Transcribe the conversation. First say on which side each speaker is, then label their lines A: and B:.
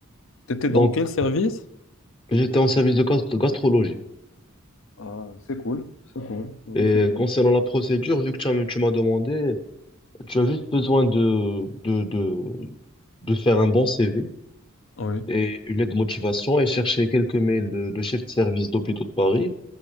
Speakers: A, on the left; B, on the left.
A: T'étais
B: Donc,
A: dans quel service?
B: j'étais en service de gast- gastrologie.
A: Ah, c'est cool, c'est cool, ouais,
B: Et
A: c'est cool.
B: concernant la procédure, vu que tu as- tu m'as demandé. Tu as juste besoin de, de, de, de faire un bon CV
A: Oui.
B: et une lettre de motivation et chercher quelques mails de, de chefs de service d'hôpitaux de Paris,